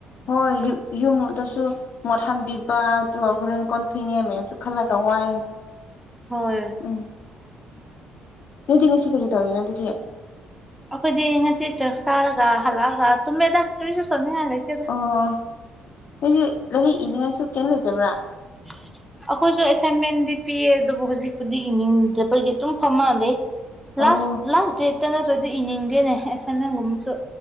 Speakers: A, on the left; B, in the centre.
A: ꯍꯣꯏ ꯌꯨꯝꯗꯁꯨ ꯃꯣꯠ ꯍꯥꯟꯕꯤꯕ ꯑꯗꯨꯒ ꯍꯣꯔꯦꯟ ꯀꯣꯟ ꯐꯦꯡꯅꯤ ꯃꯌꯥꯝꯁꯨ ꯈꯜꯂꯒ ꯋꯥꯏꯌꯦ
B: ꯍꯣꯏ
A: ꯑꯝ ꯅꯣꯏꯗꯤ ꯉꯁꯤ ꯀꯔꯤ ꯇꯧꯔꯤꯅꯣ ꯑꯗꯨꯗꯤ
B: ꯑꯩꯈꯣꯏꯗꯤ ꯉꯁꯤ ꯆꯔꯁ ꯀꯥꯔꯒ ꯍꯜꯂꯛꯑꯒ ꯇꯨꯝꯃꯦꯗ ꯀꯔꯤꯁꯨ ꯇꯧꯅꯤꯡꯉꯥꯏ ꯂꯩꯇꯦ
A: ꯑꯣ ꯅꯣꯏꯁꯦ ꯂꯥꯏꯔꯤꯛ ꯏꯅꯤꯡꯉꯥꯏꯁꯨ ꯀꯩꯝ ꯂꯩꯇꯕ꯭ꯔꯥ
B: <inaudible> ꯑꯩꯈꯣꯏꯁꯨ ꯑꯦꯁꯥꯏꯟꯃꯦꯟꯗꯤ ꯄꯤꯌꯦ ꯑꯗꯨꯕꯨ ꯍꯧꯖꯤꯛꯄꯨꯗꯤ ꯏꯅꯤꯡꯗꯕꯒꯤ ꯑꯗꯨꯝ ꯐꯝꯃ ꯂꯩ
A: ꯑꯣ
B: ꯂꯥꯁ ꯂꯥꯁ ꯗꯦꯠꯇ ꯅꯠꯇ꯭ꯔꯗꯤ ꯏꯅꯤꯡꯗꯦꯅꯦ ꯑꯦꯁꯥꯏꯟꯃꯦꯟꯒꯨꯝꯕꯁꯨ